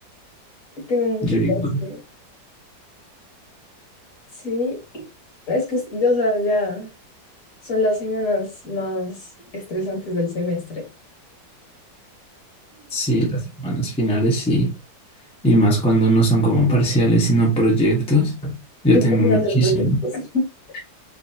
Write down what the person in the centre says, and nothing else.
Yo igual.
Sí, las semanas finales y, y más cuando no son como parciales, sino proyectos. Yo
tengo
muchísimo,